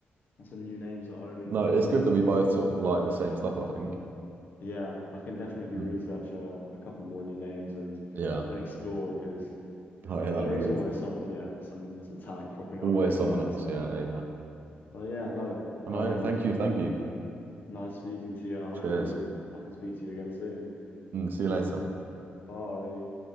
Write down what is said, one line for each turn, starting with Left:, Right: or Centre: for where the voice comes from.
Left: some new names, like Omian,
Right: No,
Left: for
Right: it's
Left: example.
Right: good that
Left: I
Right: we
Left: think,
Right: both sort of like the same stuff, I think.
Left: yeah, I can definitely
Right: Mm.
Left: research a, a couple more new names and
Right: Yeah.
Left: explore because
Right: Oh, yeah, that
Left: there
Right: would be
Left: is
Right: good.
Left: always some, yeah, some some talent cropping
Right: Always
Left: up here
Right: someone
Left: and there.
Right: else.
Left: So.
Right: Yeah, yeah.
Left: But yeah, no.
Right: Oh,
Left: Um,
Right: no, yeah. Thank you. Thank you.
Left: nice speaking to you, and I hopefully
Right: Cheers.
Left: I can speak to you again soon.
Right: Mm, see you later.
Left: Bye.